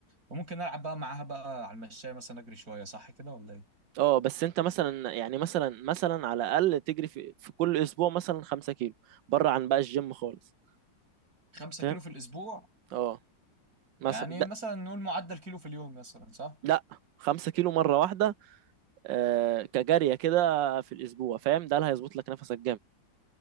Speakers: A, on the right; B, on the right.
A: وممكن العب بقى معاها بقى على المشاية مثلا اجري شوية صح كده ولا ايه
B: اه بس انت مثلا يعني مثلا مثلا على الاقل تجري في في كل اسبوع مثلا خمسة كيلو بره عن بقى الجيم خالص
A: 5
B: فاهم
A: كيلو في الاسبوع
B: اه مثلا
A: يعني
B: ده
A: مثلا نقول معدل كيلو في اليوم مثلا صح
B: لا خمسة كيلو مره واحده آه كجاريه كده في الاسبوع فاهم ده اللي هيظبط لك نفسك جامد